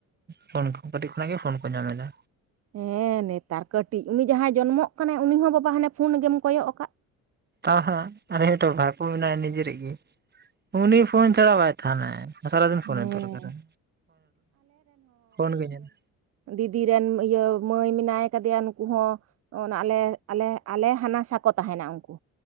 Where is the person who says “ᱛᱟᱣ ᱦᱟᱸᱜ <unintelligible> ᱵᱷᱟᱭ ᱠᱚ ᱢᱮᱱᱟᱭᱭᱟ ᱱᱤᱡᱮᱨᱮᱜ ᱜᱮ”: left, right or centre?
Right